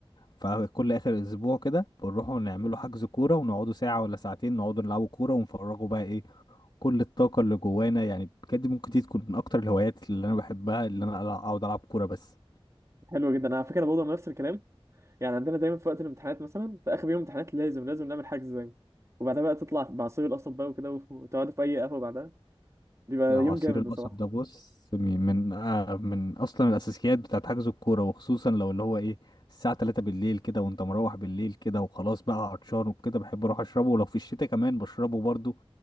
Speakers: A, on the left; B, on the right.
A: فكل اخر اسبوع كده بنروحوا نعملوا حجز كوره ونقعدوا ساعه ولا ساعتين نقعدوا نلعبوا كوره ونفرغوا بقى ايه كل الطاقه اللي جوانا يعني بجد ممكن دي تكون من اكتر الهوايات اللي انا بحبها اللي انا ألع- اقعد العب كوره بس
B: حلو جدا انا على فكره برضه أنا نفس الكلام يعني عندنا دايما في وقت الامتحانات مثلا في اخر يوم امتحانات لازم لازم نعمل حجز زي وبعدها بقى تطلع بعصير القصب بقى وكده وتقعدوا في اي قهوه بعدها بيبقى
A: ده عصير
B: يوم جامد
A: القصب
B: بصراحه
A: ده بص من من آه من اصلا الاساسيات بتاعت حجز الكوره وخصوصا لو اللي هو ايه الساعه 3 بالليل كده وانت مروح بالليل كده وخلاص بقى عطشان وكده بحب اروح اشربه ولو في الشتاء كمان بشربه برضو